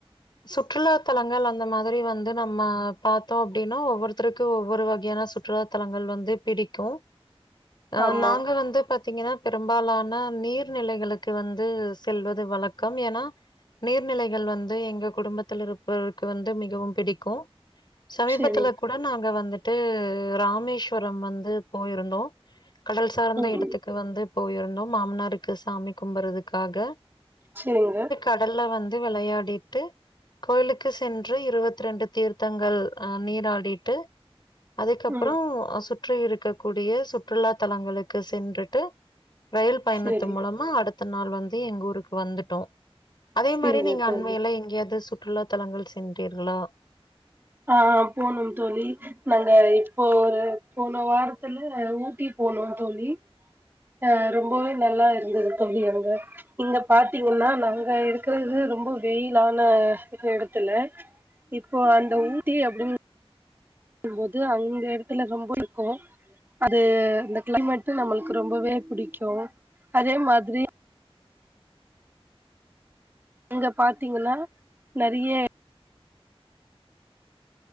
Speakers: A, on the left; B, on the right.
A: சுற்றுலாத்தலங்கள் அந்த மாதுரி வந்து நம்ம பாத் தோ அப்டின்னா ஒவ்வொருத்தர்க்கு ஒவ்வொரு வகையான சுற்றுலா தளங்கள் வந்து பிடிக்கு அ
B: ஆமா
A: நாங்க வந்து பாத் திங்கனா பெரும்பாலான நீர்நிலைகளுக்கு வந்து செல்வது வழக்கம் ஏனா நீர்நிலைகள் வந்து எங்க குடும்பத்திலிருப்பர்க் கு வந்து மிகவும் பிடிக்கு சமீபத்துல
B: செரி
A: கூட நாங்க வந்துட்டு ராமேஷ்வரம் வந்து போயிருந்தோ கடல் சார்ந்த
B: ம்
A: இடத்துக்கு வந்துப் போயிருந்தோம் மாமனாருக்கு சாமி கும்பர்றதுக்காக
B: சேரிங்க
A: கடல்ல வந்து வெளையாடிட்டு கோயிலுக்கு சென்று இருவத் ரெண்டு தீர்த்தங்கள் அ நீராடிட்டு அதைக்கப்றோ
B: ம்
A: அ சுற்றி இருக்கக் கூடிய சுற்றுலா தளங்களுக்கு சென்றுட்டு ரயில் பயணத்து
B: செரி
A: மூலமா அடுத்த நாள் வந்து எங்க ஊருக்கு வந்துட்டோ அதே
B: செரிங்க
A: மாரி நீங்க
B: தோழி
A: அண்மையில எங்கியாது சுட் ற்றுலா தலங்கள் சென்றீர்களா
B: ஆ போனோம் தோழி நாங்க இப்போ ஒரு போன வாரத்துல ஊட்டி போனோ தோழி அ ரொம்பவே நல்லா இருந்தது தோழி அங்க இங்க பாத்தீங்கன்னா நாங்க இருக்குறது ரொம்பொ வெயிலான எடத்துல இப்போ அந்த ஊட்டி அப்டின் போது அந்த எடத்துல ரொம்ப இக்கு அது இந்த க்ளைமேட்ல நம்மள்க்கு ரொம்பவே புடிக்கு அதே மாத்ரி அங்க பாத்தீங்கனா நறிய